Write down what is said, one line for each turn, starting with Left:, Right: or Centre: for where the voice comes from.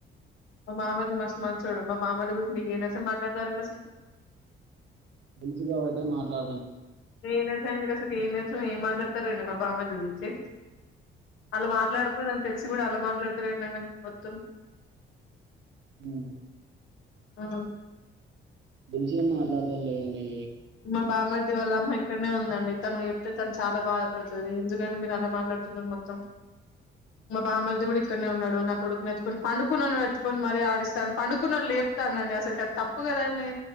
Left: మా మామ ది మస్తు మంచోడు మా బామ్మది గురించి మీకు ఏం తెలుసు అని మాట్లాడతారంండి అసలు కు
Right: తెలుసుగాబటిే మాట్లా
Left: ఏం తెలుసు అండి మీకు అసలు కి ఏం తెలుస్ ఏం మాట్లాడతారండి మా బామ్మర్ది గురించి ఆళ్ళ మాట్లాడుకునిన్ తెలిసి కూడా అలా మాట్లాడతారెండడిను మొత్తం
Right: హాం
Left: ఆ
Right: తెలిసిగా మాట్లాడతాం లేండి
Left: మా బామ్మర్ది వాళ్ళ అమ్మ ట్ ఇక్కడనే ఉందండి తను చెప్తే తను చాలా బాధపడుతది ఎందుకంటే మీరు అలా మాట్లాడుతున్నారు మొత్తం మా బామరిది కూడా ఇక్కడనే ఉన్నాడు నా కొడుకుని ఎత్తుకొని పండుకున్న వన్నీ ఎత్తుకొని మరీ ఆడిస్తాను పండుకున్న వాడు లేప్తానండి అసలు కు తప్పు కదండి